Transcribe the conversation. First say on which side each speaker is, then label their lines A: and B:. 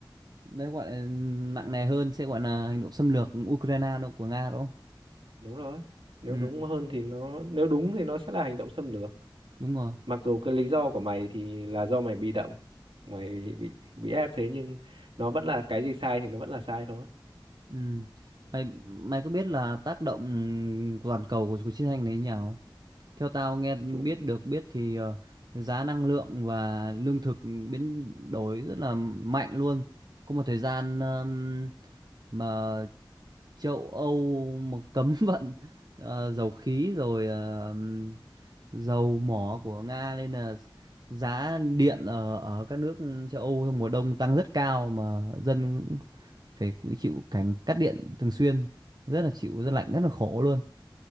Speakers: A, on the right; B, on the right.
A: đấy gọi là nặng nề hơn sẽ gọi là hành động xâm lược Ukraine đâu của Nga đúng không?
B: đúng rồi nếu
A: Ừ
B: đúng hơn thì nó nếu đúng thì nó sẽ là hành động xâm lược
A: đúng rồi
B: mặc dù cái lý do của mày thì là do mày bị động mày bị bị ép thế nhưng nó vẫn là cái gì sai thì nó vẫn là sai thôi
A: Ừ. Mày mày có biết là tác động của toàn cầu của cuộc chiến tranh này như nào? Theo tao nghe biết
B: Nói chung
A: được biết thì ờ, giá năng lượng và lương thực biến đổi rất là mạnh luôn. Có một thời gian ờm, mà châu Âu mà cấm <laughs> vận ờ, dầu khí rồi ờ, dầu mỏ của Nga nên là giá điện ở ở các nước châu Âu trong mùa đông tăng rất cao mà dân phải chịu cảnh cắt điện thường xuyên rất là chịu rất lạnh rất là khổ luôn